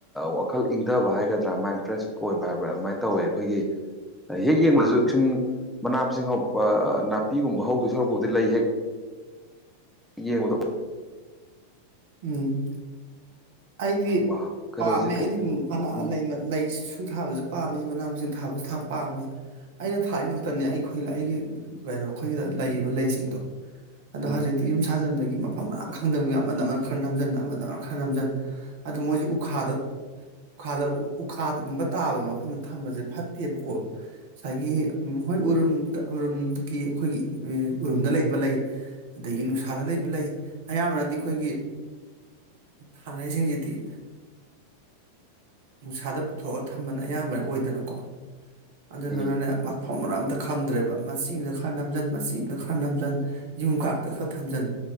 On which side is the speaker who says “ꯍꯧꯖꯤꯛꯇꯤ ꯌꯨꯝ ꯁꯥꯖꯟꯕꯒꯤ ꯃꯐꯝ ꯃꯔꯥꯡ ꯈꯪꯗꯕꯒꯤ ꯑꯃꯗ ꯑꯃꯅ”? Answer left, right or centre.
Right